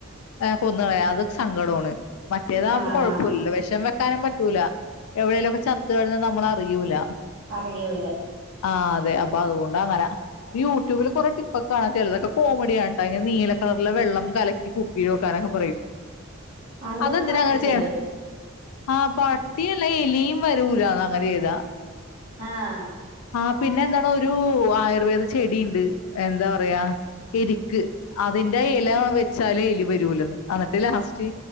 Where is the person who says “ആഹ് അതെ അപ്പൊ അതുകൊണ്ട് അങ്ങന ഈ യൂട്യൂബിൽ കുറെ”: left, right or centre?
Left